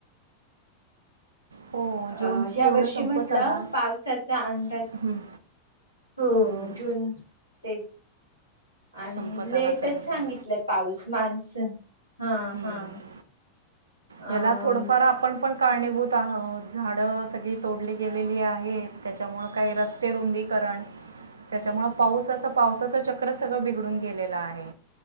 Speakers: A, on the right; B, on the left.
A: हो जून
B: अ ह्या
A: पूर्ण
B: वर्षी
A: संपत
B: म्हटलं
A: आला
B: पावसाचा अंदाज
A: हम्म.
B: हो
A: हम्म.
B: जून तेच आणि
A: संपत
B: लेटच
A: आला तरी
B: सांगितलंय
A: पण
B: पाऊस मान्सून हा
A: हम्म.
B: हा
A: याला
B: आ
A: थोडंफार आपण पण कारणीभूत आहोत झाडं सगळी तोडली गेलेली आहेत त्याच्यामुळे काही रस्ते रुंदीकरण त्याच्यामुळे पाऊसाच पावसच चक्र सगळं बिघडलं उडून गेलेला आहे